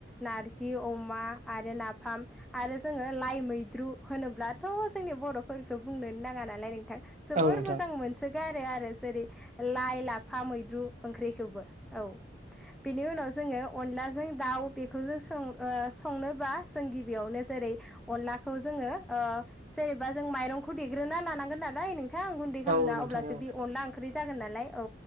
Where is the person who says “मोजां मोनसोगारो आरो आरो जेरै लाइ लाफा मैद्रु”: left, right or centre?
Centre